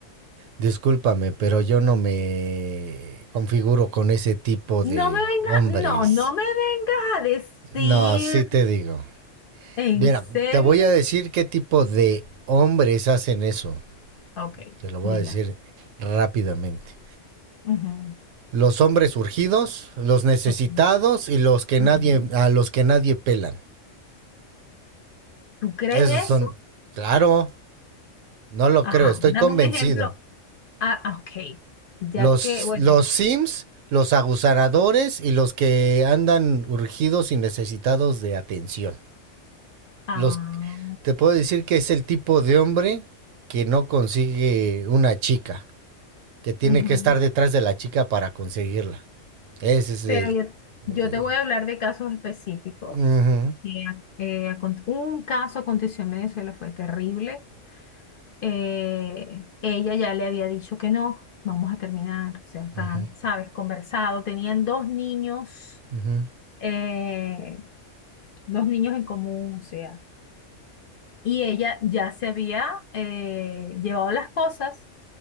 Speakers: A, on the right; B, on the left.
A: Discúlpame, pero yo no me configuro con ese tipo
B: No
A: de
B: me vengas,
A: hombres.
B: no, no me vengas a decir,
A: No, sí te digo.
B: ¿en
A: Mira,
B: serio?
A: te voy a decir qué tipo de hombres hacen eso.
B: Ok,
A: Te lo voy
B: diga.
A: a decir rápidamente.
B: Ujú,
A: Los hombres urgidos, los necesitados
B: ok,
A: y los que
B: ujú.
A: nadie, a los que nadie pelan.
B: ¿Tú crees
A: Esos son,
B: eso?
A: claro, No lo
B: Ajá,
A: creo, estoy
B: dame
A: convencido.
B: un ejemplo Ah, ah, ok. Ya
A: Los,
B: que, bueno,
A: los Sims, los aguzaradores y los que andan urgidos y necesitados de atención.
B: ah,
A: Los, te puedo decir que es el tipo de hombre que no consigue una chica, que tiene
B: ujú.
A: que estar detrás de la chica para conseguirla. Ese es el...
B: Pero yo, yo
A: o de-
B: te voy a hablar de casos específicos.
A: Ujú,
B: Eh, eh, acon- un caso aconteció en Venezuela, fue terrible. Eh, ella ya le había dicho que no, vamos a terminar. O sea, están,
A: ujú,
B: sabes, conversado. Tenían dos niños,
A: ujú,
B: eh, dos niños en común, o sea. Y ella ya se había eh, llevado las cosas